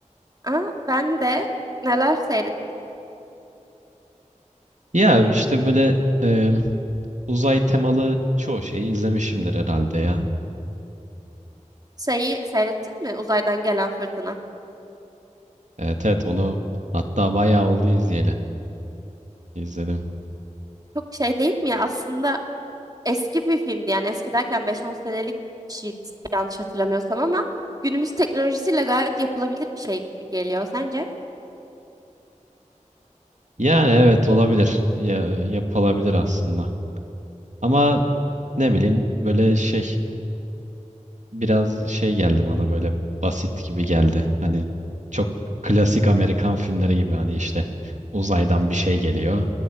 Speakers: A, on the right (about 30°); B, on the right (about 65°).
A: Aa, ben de neler seyrettim?
B: Ya işte böyle e, uzay temalı çoğu şeyi izlemişimdir herhalde ya.
A: Şeyi seyrettin mi? Uzaydan gelen fırtına.
B: Evet evet onu hatta bayağı oldu izleyeli. İzledim.
A: Çok şey değil mi ya? Aslında eski bir filmdi. Yani eski derken beş on senelik bir şeydi yanlış hatırlamıyorsam ama günümüz teknolojisiyle gayet yapılabilir bir şey gibi geliyor sence?
B: Yani evet olabilir. Ya, yapılabilir aslında. Ama ne bileyim böyle şey biraz şey geldi bana böyle basit gibi geldi. Hani çok klasik Amerikan filmleri gibi hani işte uzaydan bir şey geliyor.